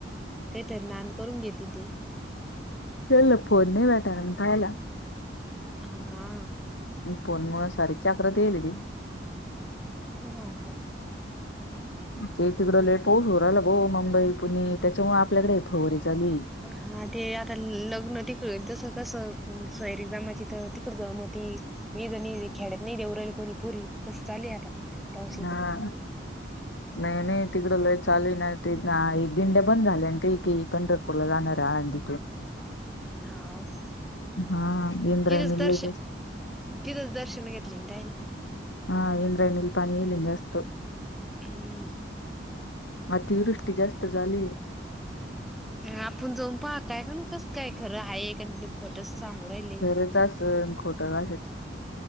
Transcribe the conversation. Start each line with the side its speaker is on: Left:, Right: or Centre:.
Centre: काहीतर नान करून घेतील ते
Left: केला फोन नाही भेटायला पाहिला
Centre: हा
Left: फोनमुळ सारी चक्रत येईली ती
Centre: ह हो
Left: <unintelligible> ते तिकड ल पोस हो राला बो मुंबई पुणे त्याच्यामुळे आपल्याकडे फवारी चालू
Centre: हा ते आता लग्न तिकड जसं कसं सयरीजामाची तर तिकड जमती विध नाही दे खेड्यात नाही देऊ राहिल कोणी पुरी तस चालली आता पावसाच
Left: हा
Centre: पण
Left: नाही नाही तिकडं लोय चालू नाही दिंड्या बंद झाल्या ते की पेटरक त नणाररा आळाज
Centre: नाव का
Left: हा इंद्रायणी
Centre: तिथंच दर्श
Left: लय जास्त
Centre: तिथंच दर्शन घेतलेय ना ताईन
Left: हा इंद्रायणीला पाणी येलेल जास्त असतं
Centre: हम्म
Left: अतिवृष्टी जास्त झालीय
Centre: आपण जाऊन पाह काय का कसं काय खरं आहे का खोटच सांगू राहिले
Left: <unintelligible> खोटशाच